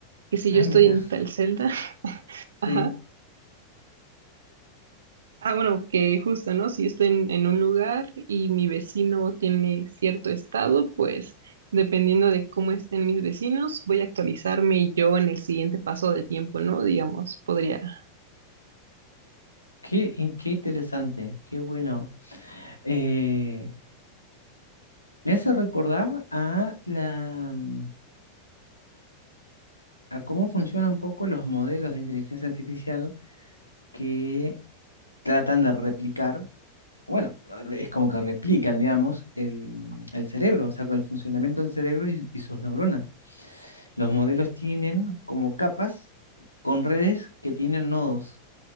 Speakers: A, on the right (about 65°); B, on the left (about 85°).
A: que si
B: Ah,
A: yo estoy
B: mira,
A: en tal celda, <laughs>
B: sí.
A: ajá. Ah, bueno, que justo, ¿no? Si yo estoy en, en un lugar y mi vecino tiene cierto estado, pues dependiendo de cómo estén mis vecinos, voy a actualizarme yo en el siguiente paso de tiempo, ¿no? Digamos, podría.
B: Qué, in- qué interesante, qué bueno. Eh, me hace recordar a la, mm, a cómo funcionan un poco los modelos de inteligencia artificial que tratan de replicar, bueno, es como que replican, digamos, el, el cerebro, o sea, con el funcionamiento del cerebro y, y sus neuronas. Los modelos tienen como capas con redes que tienen nodos.